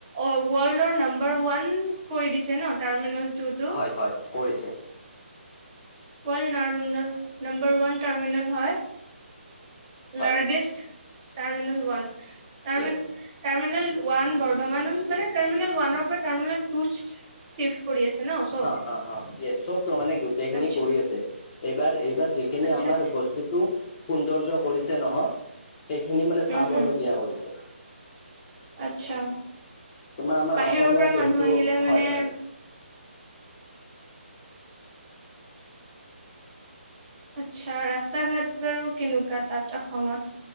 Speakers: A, on the right; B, on the left.
A: অ' ৱৰ্ল্ডৰ নাম্বাৰ ওৱান কৰি দিছে ন টাৰ্মিনেল টো?
B: হয় হয়, কৰিছে।
A: World terminal number one terminal হয়।
B: হয়
A: লাৰ্জেষ্ট টাৰ্মিনেল ওৱান তাৰমানে
B: য়েছ।
A: টাৰ্মিনেল ওৱান বৰ্তমান টাৰ্মিনেল ওৱানৰ পৰা টাৰ্মিনেল টু চিফ্ট কৰি আছে ন চব
B: হ', হ', হ', ইয়েচ, চব ত মানে গোটেইখিনি
A: আচ্ছা
B: কৰি আছে। এইবাৰ, এইবাৰ যিখিনি
A: আচ্ছা
B: আমাৰ
A: আচ্ছা
B: বস্তুতটো সৌন্দৰ্য কৰিছে নহয় সেইখিনি মানে চাব
A: উম হম
B: লগগীয়া কৰিছে।
A: আচ্ছা,
B: তোমাৰ আমাৰ
A: বাহিৰৰ
B: অসমীয়া
A: পৰা
B: জন্তু
A: মানুহ আহিলে
B: হয়
A: মানে
B: হয়।
A: আচ্ছা। ৰাস্তা ঘাট বাৰু কেনেকুৱা তাত অসমত?